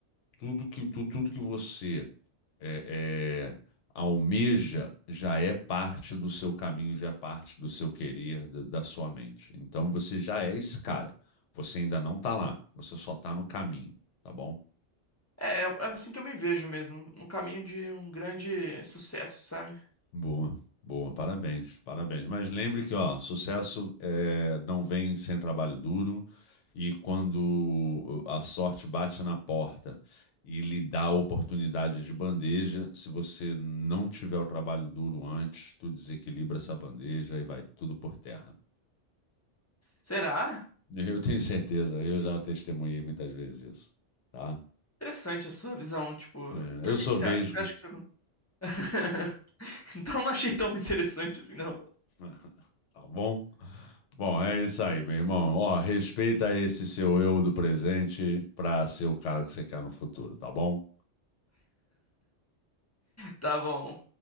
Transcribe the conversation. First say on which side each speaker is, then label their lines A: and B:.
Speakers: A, on the left (about 80°); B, on the left (about 25°).
A: Tudo que, tu, tudo que você é, é, almeja já é parte do seu caminho, já é parte do seu querer, da, da sua mente. Então você já é esse cara. Você ainda não tá lá, você só tá no caminho, tá bom?
B: É, é assim que eu me vejo mesmo, no caminho de um grande sucesso, sabe?
A: Boa, boa, parabéns, parabéns. Mas lembre que, ó, sucesso é, não vem sem trabalho duro e quando a sorte bate na porta e lhe dá a oportunidade de bandeja, se você não tiver o trabalho duro antes, tu desequilibra essa bandeja e vai tudo por terra.
B: Será?
A: Eu tenho certeza, eu já testemunhei muitas vezes isso, tá?
B: Interessante a sua visão, tipo,
A: É,
B: por
A: eu
B: que
A: sou
B: que você
A: vesgo,
B: acha que isso <laughs> Então não achei tão interessante assim, não.
A: <laughs> Tá bom? Bom, é isso aí, meu irmão. Ó, respeita esse seu eu do presente pra ser o cara que você quer no futuro, tá bom?
B: Tá bom.